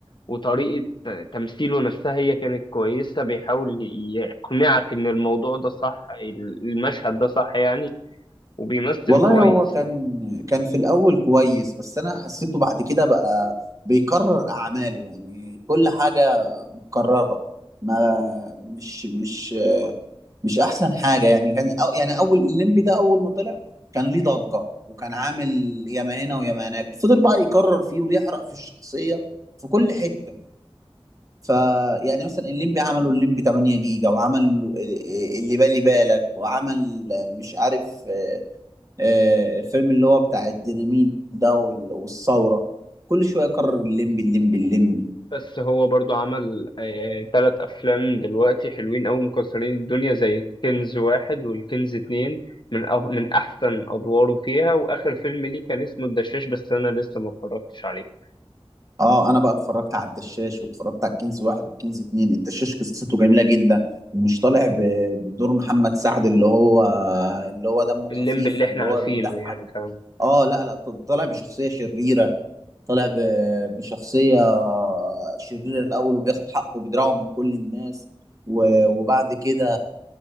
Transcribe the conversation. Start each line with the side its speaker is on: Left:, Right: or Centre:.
Left: وطريقة تمثيله نفسها هي كانت كويسة بيحاول يقنعك إن الموضوع ده صح المشهد ده صح يعني وبيمثل
Right: والله
Left: كويس
Right: هو كان
Left: يعني.
Right: كان في الاول كويس بس انا حسيته بعد كده بقى بيكرر اعماله يعني كل حاجة مكررة ما مش مش مش احسن حاجه يعني كان أو يعني اول الليمبي ده اول ما طلع كان ليه ضجه وكان عامل ياما هنا وياما هناك فضل بقى يكرر فيه ويحرق في الشخصيه في كل حته فيعني مثلا الليمبي عملوا الليمبي 8 جيجا وعمل اللي بالي بالك وعمل مش عارف آه، الفيلم اللي هو بتاع الديناميت ده وال- والثوره كل شويه يكرر الليمبي الليمبي الليمبي
Left: بس هو برضو عمل آه، آه، تلات أفلام دلوقتي حلوين أوي مكسرين الدنيا زي كنز واحد والكنز اتنين من أه من أحسن أدواره فيها وآخر فيلم ليه كان اسمه الدشاش بس أنا لسه ما اتفرجتش عليه
Right: اه انا بقى اتفرجت على الدشاش واتفرجت على الكنز واحد والكنز اتنين الدشاش قصته جميله جدا ومش طالع ب- بدور محمد سعد اللي هو اللي هو دمه خفيف
Left: الليمب اللي إحنا
Right: واللي
Left: عارفينه
Right: هو بيضحك
Left: يعني فاهم
Right: اه لا لا طالع بشخصيه شريره طالع ب- بشخصيه شريره الاول وبياخد حقه وبيدرعه من كل الناس و- وبعد كده